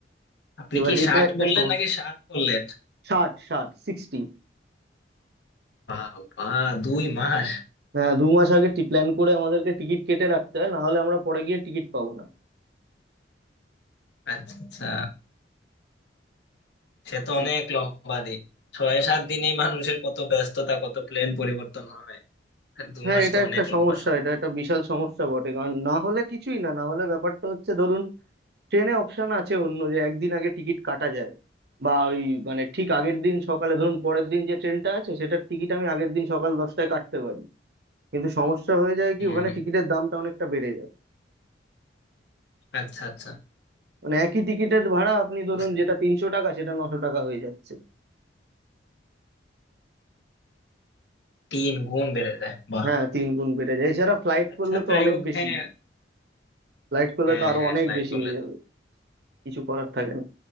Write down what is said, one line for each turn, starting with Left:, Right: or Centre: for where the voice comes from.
Left: আপনি
Right: এবার
Left: কি
Right: এটা
Left: ষাট
Right: একটা
Left: বললেন
Right: সমস্যা
Left: নাকি ষাট বললেন
Right: ষাট ষাট সিক্সটি
Left: বাবা দুই মাস
Right: হ্যাঁ দু মাস আগে টি প্ল্যান করে আমাদেরকে টিকিট কেটে রাখতে হয় না হলে আমরা পরে গিয়ে টিকিট পাবো না
Left: আচ্ছা আচ্ছা সে তো
Right: এ-
Left: অনেক লম্বা দিন ছয় সাত দিনেই মানুষের কত ব্যস্ততা কত প্লেন পরিবর্তন হয় আর দু
Right: হ্যাঁ
Left: মাস
Right: এটা
Left: তো
Right: একটা
Left: অনেক লম্বা
Right: সমস্যা
Left: সময়
Right: এটা একটা বিশাল সমস্যা বটে কারণ না হলে কিছুই না না হলে ব্যাপারটা হচ্ছে ধরুন ট্রেনে অপশন আছে অন্য যে একদিন আগে টিকিট কাটা যায় বা ওই মানে ঠিক আগের দিন সকালে ধরুন পরের দিন যে ট্রেনটা আছে সেটার টিকিট আমি আগের দিন সকাল দশটায় কাটতে পারি কিন্তু সমস্যা হয়ে যায় কি
Left: হম
Right: ওখানে টিকিটের দামটা অনেকটা বেড়ে যায়
Left: আচ্ছা আচ্ছা
Right: মানে একই টিকিটের ভাড়া আপনি ধরুন
Left: বুঝতে
Right: যেটা
Left: পারলাম
Right: তিনশো টাকা সেটা নশো টাকা হয়ে যাচ্ছে
Left: তিন গুণ বেড়ে যায় বাহ
Right: হ্যাঁ তিন গুণ বেড়ে যায় এছাড়া ফ্লাইট
Left: আচ্ছা
Right: করলে তো
Left: যাই
Right: অনেক
Left: হোক
Right: বেশি
Left: হ্যাঁ
Right: ফ্লাইট করলে
Left: হ্যাঁ
Right: তো আরো
Left: হ্যাঁ
Right: অনেক
Left: ফ্লাইট
Right: বেশি
Left: করলে
Right: হয়ে যাবে
Left: তো
Right: কিছু করার থাকে না